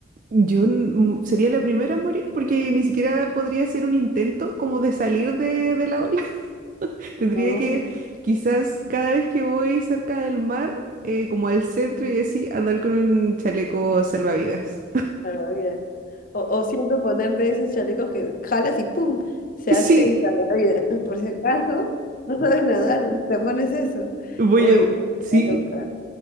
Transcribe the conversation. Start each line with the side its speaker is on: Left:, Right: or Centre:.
Right: yo n- m- sería la primera en morir porque ni siquiera podría hacer un intento como de salir de, de la ola. Tendría
Left: No,
Right: que, quizás cada vez que voy cerca del mar, eh, como al centro y así, andar con un chaleco salvavidas.
Left: salvavidas. O, o siempre ponerte esos chalecos que jalas y ¡pum! se
Right: Sí,
Left: hacen salvavidas. <laughs> Por si acaso no sabes nadar, te pones eso.
Right: voy
Left: Uy,
Right: a, sí,
Left: no, loca.